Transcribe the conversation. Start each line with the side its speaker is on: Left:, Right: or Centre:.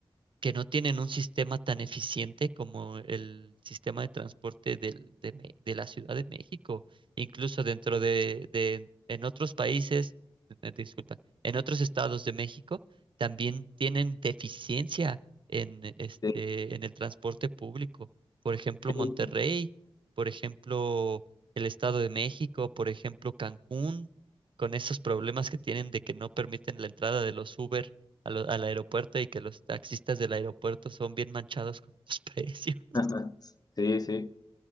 Right: que no tienen un sistema tan eficiente como el sistema de transporte del- de, Me- de la Ciudad de México. Incluso dentro de, de- en otros países, eh, disculpa, en otros estados de México también tienen deficiencia en este,
Left: Sí.
Right: en el transporte público. Por ejemplo,
Left: Sí,
Right: Monterrey,
Left: sí,
Right: por ejemplo, el Estado de México, por ejemplo, Cancún, con esos problemas que tienen de que no permiten la entrada de los Uber a lo- al aeropuerto y que los taxistas del aeropuerto son bien manchados con los <laughs> precios.
Left: <laughs> sí. sí.